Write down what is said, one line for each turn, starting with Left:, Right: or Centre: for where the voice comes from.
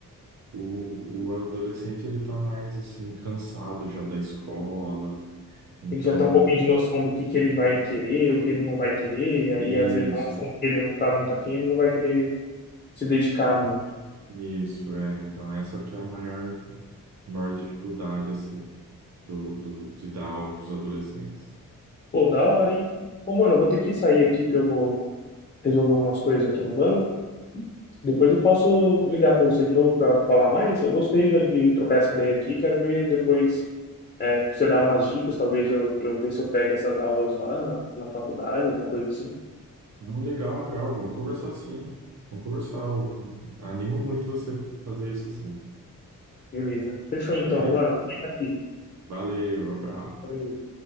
Right: O, o adolescente, ele tá mais, assim, cansado já da escola. Então,
Left: Ele já tem um pouquinho
Right: é
Left: de noção do que, que ele vai querer, o que ele não vai querer, aí
Right: isso,
Left: às vezes é um assunto que ele não tá muito afim, ele não vai querer se dedicar muito.
Right: isso, é. Então, essa que é a maior, maior dificuldade, assim, do, do, de dar aula para os adolescentes.
Left: Pô, da hora, hein? Ô, mano, eu vou ter que sair aqui que eu vou resolver umas coisas aqui no banco. Depois eu posso ligar pra você de novo pra falar mais. Eu gostei de de trocar essa ideia aqui. Quero ver depois, é, você dar umas dicas. Talvez eu, eu ver se eu pego essas aulas lá na, na faculdade, alguma coisa assim.
Right: Não, legal, legal. Vamos conversar sim. Vamos conversar. Eu animo muito você fazer isso sim.
Left: Beleza. Fechou então,
Right: Beleza?
Left: mano. Põe aqui.
Right: Valeu, abraço.
Left: Valeu.